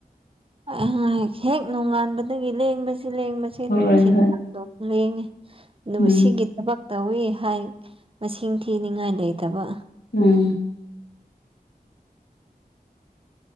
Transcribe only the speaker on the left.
ꯍꯣꯏ
ꯍꯣꯏ
ꯎꯝ
ꯎꯝ